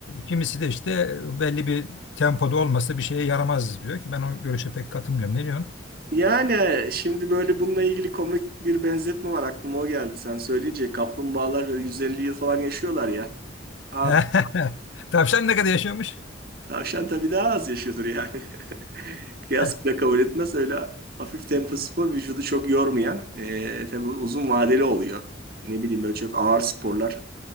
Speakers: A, on the left; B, on the right.
A: Kimisi de işte belli bir tempoda olmasa bir şeye yaramaz diyor ki ben o görüşe pek katılmıyorum. Ne diyorsun?
B: Yani şimdi böyle bununla ilgili komik bir benzetme var aklıma o geldi. Sen söyleyince kaplumbağalar böyle 150 yıl falan yaşıyorlar ya. Ar-
A: <laughs> Tavşan ne kadar yaşıyormuş?
B: Tavşan tabii daha az yaşıyordur yani. <laughs> Kıyas
A: <laughs>
B: bile kabul etmez. Öyle hafif tempo spor vücudu çok yormayan e, tabii uzun vadeli oluyor. Ne bileyim böyle çok ağır sporlar